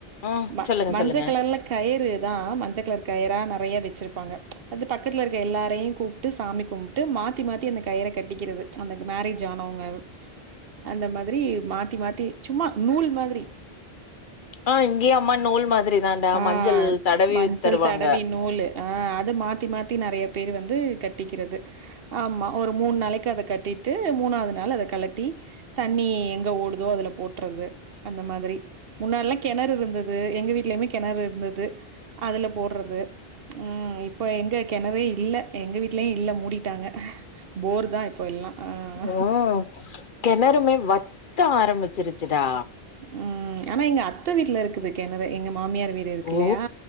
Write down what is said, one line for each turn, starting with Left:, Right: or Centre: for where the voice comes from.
Left: ம்
Right: ம
Left: சொல்லுங்க
Right: மஞ்சள்
Left: சொல்லுங்க
Right: கலர்ல கயிறு தா மஞ்ச கலர் கயிரா நறையா வச்சிருப்பாங்க அது பக்கத்தில இருக்க எல்லாரையு கூப்ட்டு சாமி கும்ப் பிட்டு மாத்தி அந்த கயிற கட்டிக்கிறது அந்த மேரேஜ் ஆனவங்க அந்த மாதிரி மாத்தி மாத்தி சும்மா நூல் மாதிரி
Left: ஆ இங்கேயு அம்மா நூல் மாதிரி தான்டா
Right: ஆ
Left: மஞ்சள் தடவி
Right: மஞ்சள்
Left: தருவாங்க
Right: தடவி நூலு ஆ அது மாத்தி மாத்தி நிறைய பேர் வந்து கட்டிக்கிறது ஆமா ஒரு மூணு நாளைக்கு அத கட்டிட்டு மூணாவது நாள் அத கழட்டி தண்ணி எங்க ஓடுதோ அதுல போட்றது அந்த மாதிரி முன்னல்லா கெணறு இருந்தது எங்க வீட்லயுமே கெணறு இருந்தது அதுல போட்றது ம் இப்ப எங்க கிணறே இல்ல எங்க வீட்லயு இல்ல மூடிட்டாங்க போர் தா இப்ப எல்லா ஆ
Left: ம் கெணறுமே வத்த ஆரம்பிச்சிருச்சுடா
Right: ம் ஆனா எங்க அத் அத்த வீட்ல இருக்குது கெணறு எங்க மாமியார் வீடு இருக்கு
Left: ஓ
Right: இல்லையா